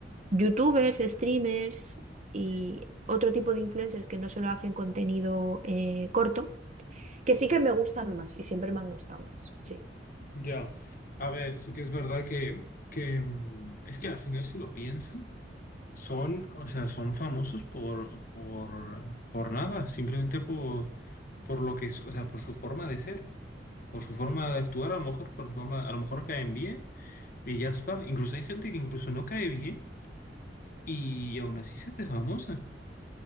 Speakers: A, on the right (about 40°); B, on the left (about 55°).
A: YouTubers, streamers y otro tipo de influencers que no solo hacen contenido eh, corto, que sí que me gustan más y siempre me han gustado más, sí.
B: Ya, a ver, sí que es verdad que, que mm, es que al final si lo piensan, son, o sea, son famosos por, por, por nada, simplemente por, por lo que es, o sea, por su forma de ser, por su forma de actuar, a lo mejor, por su forma, a lo mejor caen bien y ya está. Incluso hay gente que incluso no cae bien y, aún así se hace famosa,